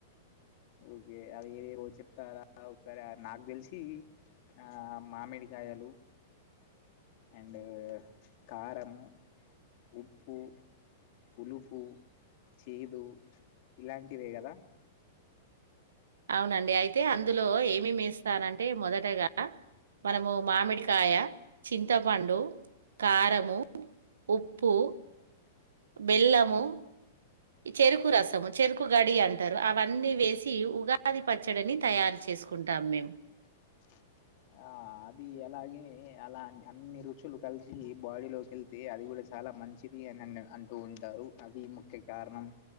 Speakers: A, on the left (about 55°); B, on the right (about 80°).
A: ఓకే అవి ఏవేవో చెప్తారా ఒకసారి. నాకు తెలిసి ఆ మామిడికాయలు అండ్ కారము, ఉప్పు పులుపు, చేదు ఇలాంటివే కదా
B: అవునండి అయితే అందులో ఏమేమి ఎస్తారంటే మొదటగా మనము మామిడికాయ, చింతపండు, కారము ఉప్పు, బెల్లము ఈ చెరుకు రసము చెరుకు గడి అంటరు. అవన్నీ వేసి ఉగాది పచ్చడని తయారు చెస్ తీసుకుంటాం మేం.
A: <unintelligible> ఆ అది అలాగే అలా అన్ని రుచులు కలిసి బాడీలోకి వెళ్తే అది కూడా చల్ చాలా మంచిది అని అంటూ ఉంటారు అది ముఖ్య కారణం.